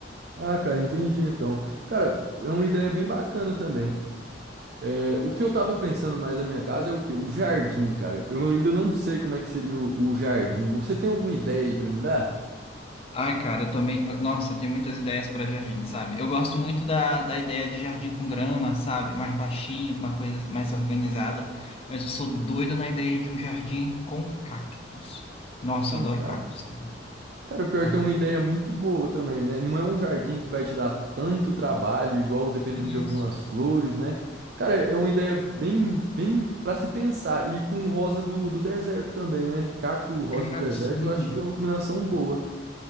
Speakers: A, on the right (about 55°); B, on the left (about 30°).
A: Ah, cara, entendi então. Cara, é uma ideia bem bacana também. É, o que eu tava pensando mais na minha casa é o quê? O jardim, cara. Eu ainda não sei como é que seria o, o jardim. Você tem alguma ideia aí pra me dar?
B: Ai, cara, eu também. Nossa, eu tenho muitas ideias para jardim, sabe? Eu gosto muito da, da ideia de jardim com grama, sabe? Mais baixinho, uma coisa mais organizada. Mas eu sou doido na ideia de um jardim com cactos. Nossa,
A: Um
B: eu adoro
A: cacto.
B: cactos, cara.
A: Cara, o pior
B: Adoro.
A: é que é uma ideia muito boa também, né? Não é um jardim que vai te dar tanto trabalho, igual dependendo
B: Isso,
A: de algumas flores, né? Cara, é uma ideia bem, bem para se pensar. E com rosa do, do deserto também, né? Cacto, rosa
B: cara,
A: do deserto,
B: sim.
A: eu acho que é uma combinação boa.